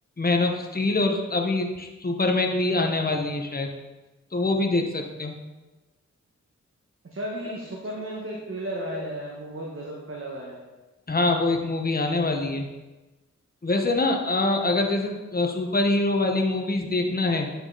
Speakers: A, on the left; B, on the right.
A: मैन ऑफ स्टील और अभी सुपरमैन भी आने वाली है शायद तो वो भी देख सकते हो
B: अच्छा अभी
A: यार
B: सुपरमैन
A: सुपरमैन
B: का एक
A: के
B: ट्रेलर
A: ट्रेलर
B: आया है यार वो बहुत गजब का लगाया है
A: हाँ वो एक मूवी आने वाली है वैसे
B: हाँ
A: ना अ, अगर जैसे सुपर हीरो वाली मूवीज देखना है